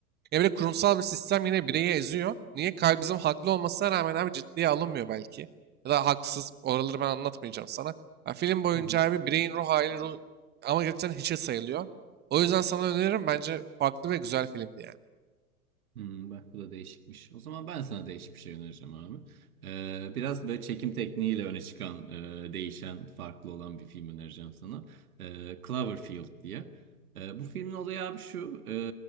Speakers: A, on the right; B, on the right.
A: Ya bir kurumsal bir sistem yine bireyi eziyor. Niye? Kalbimizin haklı olmasına rağmen abi ciddiye alınmıyor belki. Ya da haksız. Oraları ben anlatmayacağım sana. Ya film boyunca
B: hı.
A: abi bireyin ruh hali ruh... ama gerçekten hiçe sayılıyor. O yüzden sana öneririm. Bence farklı ve güzel filmdi yani.
B: Hmm, bak bu da değişikmiş. O zaman ben sana değişik bir şey önereceğim abi. Ee, biraz böyle çekim tekniğiyle öne çıkan, e, değişen, farklı olan bir film önereceğim sana. Ee, Cloverfield diye. Ee, bu filmin olayı abi şu. e,